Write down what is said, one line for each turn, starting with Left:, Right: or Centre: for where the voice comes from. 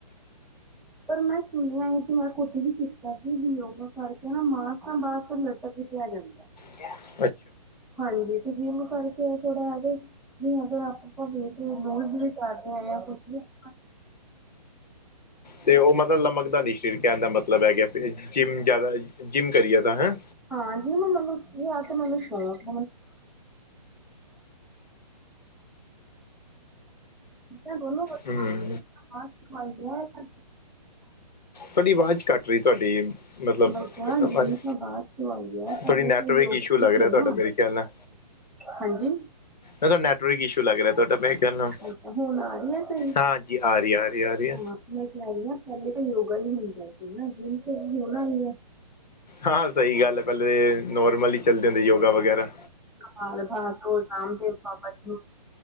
Centre: ਪਰ ਮੈਂ ਸੁਣਿਆ ਸੀ ਕਿ ਮੈਂ ਖੁਦ ਵੀ ਕੀਤਾ ਸੀ ਵੀ ਯੋਗਾ ਕਰਕੇ ਨਾ ਮਾਸ ਤਾਂ ਬਾਹਦ ਫ ਲਟਕ ਜਿਆ ਜਾਂਦਾ।
Left: ਠੀਕ ਹੈ।
Centre: ਹਾਂਜੀ ਤੇ ਜਿੰਮ ਕਰਕੇ ਆ ਥੋੜਾ ਇਹਦੇ ਵੀ ਅਗਰ ਆਪਾਂ ਭਵੇ ਤੋਂ ਲੂਜ ਵੀ ਕਰ ਰਹੇ ਹਾਂ ਜਾਂ ਕੁਛ ਵੀ ਕਰ
Left: ਤੇ ਉਹ ਮਤਲਬ ਲਮਕਦਾ ਨਹੀਂ ਸਰੀਰ ਕਹਿਣ ਦਾ ਮਤਲਬ ਹੈ ਗਿਆ ਜਿੰਮ ਜ਼ਿਆਦਾ ਜਿੰਮ ਕਰੀਏ ਤਾਂ ਹੈਂ।
Centre: ਹਾਂ ਜੀ ਮੈਂ ਮਨੁ ਇਹ ਆ ਤੇ ਮਨੁਸ਼ਵ ਸਸ ਕ ਬੋਲ
Left: ਹਮ
Centre: ਹਾਂ ਸਖਈ <inaudible>
Left: ਤੁਹਾਡੀ ਆਵਾਜ਼ ਕੱਟ ਰਹੀ ਤੁਹਾਡੀ। ਮਤਲਬ
Centre: ਮੈਂ ਕਿਹਾ
Left: ਹੋਰ
Centre: ਜਿਮ
Left: ਭਾਜੀ
Centre: ਤਾਂ ਬਾਅਦ ਕਰਵਾਈ ਹੈ ਪਹਿਲੇ
Left: ਥੋੜੀ ਨੈਟਵਰਕ
Centre: ਤਾਂ ਯੋਗਾ
Left: ਇਸ਼ੂ ਲੱਗ
Centre: ਹੀ ਸੀ
Left: ਰਿਹਾ ਤੁਹਾਡਾ
Centre: ਨਾ
Left: ਮੇਰੇ ਖਿਆਲ ਨਾਲ
Centre: ਹਾਂਜੀ
Left: ਮ ਨੈਟਵਰਕ ਇਸ਼ੂ ਲੱਗ ਰਿਹਾ ਤੁਹਾਡਾ ਮ ਖਿਆਲ ਨਾਲ
Centre: ਅੱਛਾ ਹੁਣ ਆ ਰਹੀ ਹੈ ਸਹੀ
Left: ਹਾਂਜੀ ਆ ਰਹੀ -ਆ ਰਹੀ -ਆ ਰਹੀ।
Centre: ਹਾਂ ਮੈਂ ਕਹਿ ਰਹੀ ਹਾਂ ਪਹਿਲੇ ਤਾਂ ਯੋਗਾ ਹੀ ਹੁੰਦਾ ਸੀ ਨਾ ਜਿੰਮ ਤੇ ਵੀ ਹੋਣਾ ਆਈ ਏ।
Left: ਹਾਂ ਸਹੀ ਗੱਲ ਹੈ ਪਹਿਲੇ ਨੋਰਮਲ ਹੀ ਚੱਲਦੇ ਹੁੰਦੇ ਯੋਗਾ ਵਗੈਰਾ
Centre: ਕਮਾਲ ਭਾ ਤੋਂ ਰਾਮਦੇਵ ਬਾਬਾ ਜੀ ਨੂੰ